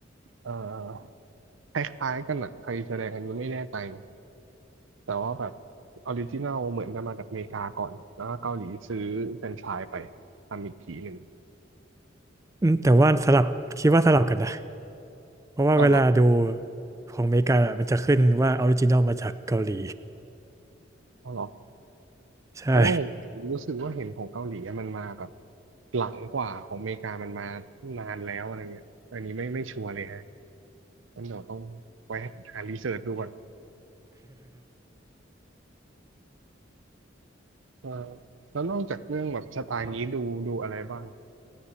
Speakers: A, on the right (about 85°); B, on the right (about 15°).
A: เอ่อคล้ายๆกันอะใครแสดงอันนี้ไม่แน่ใจนะ แต่ว่าแบบออริจินัลเหมือนจะมาจากอเมริกาก่อน แล้วก็เกาหลีซื้อแฟรนไชส์ไปทำอีกทีหนึ่ง
B: อืมแต่ว่าสลับคิดว่าสลับกันนะเพราะว่าเวลาดู
A: อ้าวเหรอ
B: ของอเมริกาอะมันจะขึ้นว่าออริจินอลมาจากเกาหลี
A: อ้าวเหรอ
B: <laughs> ใช่
A: เพราะว่าผมรู้สึกว่าเห็นของเกาหลีอะมันมาแบบหลังกว่าของอเมริกามันมานานแล้วอะไรเงี้ยอันนี้ไม่ไม่ชัวร์เลยฮะงั้นเดี๋ยวต้องไว้หารีเสิร์ชดูก่อนเออแล้วนอกจากเรื่องแบบสไตล์นี้ดูดูอะไรบ้าง